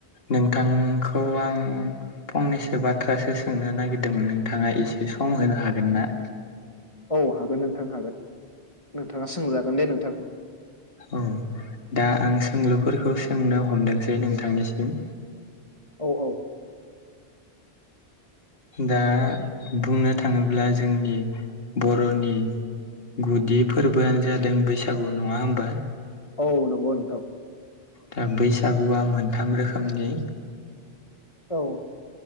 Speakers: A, on the left; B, on the left.
A: नोंथांखौ आं फंनैसो बाथ्रासो सोंनो नागिरदोंमोन नोंथाङा एसे सम होनो हागोन ना?
B: औ हागोन नोंथां हागोन नोंथाङा सोंजागोन दे नोंथां।
A: औ दा आं सोंलुफोरखौ सोंनो हमदोंसै नोंथांनिसिम।
B: औ औ
A: दा बुंनो थाङोब्ला जोंनि बर'नि गुदि फोरबोआनो जादों बैसागु नङा होनोमबा
B: औ नंगौ नोंथां‌।
A: दा बैसागुआ मोनथाम रोखोमनि
B: औ